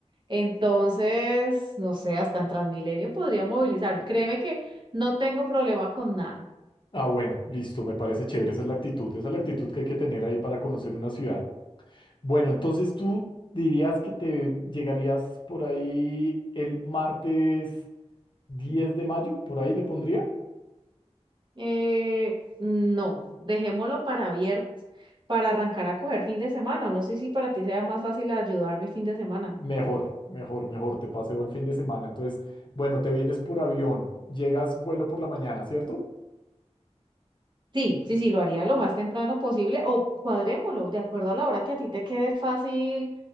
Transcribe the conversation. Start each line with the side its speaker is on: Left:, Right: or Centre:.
Right: Entonces, no sé, hasta en Transmilenio podría movilizarme. Créeme que no tengo problema con nada.
Left: Ah, bueno, listo, me parece chévere. Esa es la actitud, esa es la actitud que hay que tener ahí para conocer una ciudad. Bueno, entonces tú dirías que te llegarías por ahí el martes 10 de mayo, por ahí le pondría.
Right: Eh, no, dejémoslo para viernes, para arrancar a coger fin de semana. No sé si para ti sea más fácil ayudarme fin de semana.
Left: Mejor, mejor, mejor, te paseo el fin de semana. Entonces, bueno, te vienes por avión, llegas vuelo por la mañana, ¿cierto?
Right: Sí, sí, sí, lo haría lo más temprano posible o cuadrémoslo de acuerdo a la hora que a ti te quede fácil